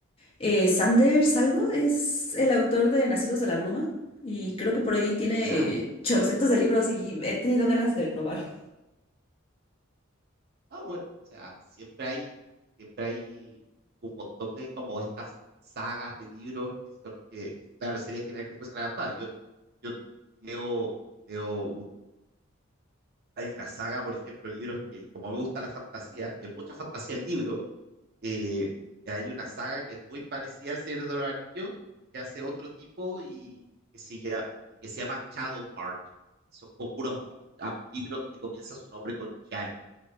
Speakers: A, on the left; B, on the right.
A: Eh, Sanders algo es el autor de Nacidos de la Bruma y creo que por ahí tiene
B: ¿Ya?
A: chorrocientos de libros y he tenido ganas de probar.
B: Ah, bueno, o sea, siempre hay, siempre hay un montón de como estas sagas de libros que son que, claro, sería genial que fuesen adaptadas. Yo, yo leo, leo un- hay una saga, por ejemplo, libros que, como me gusta la fantasía, y hay mucha fantasía en libro, eh, hay una saga que es muy parecida al Señor de los Anillos, que hace otro tipo y que se llama, que se llama Shadow March. Son con puros ah, libros que comienza su nombre con Shadow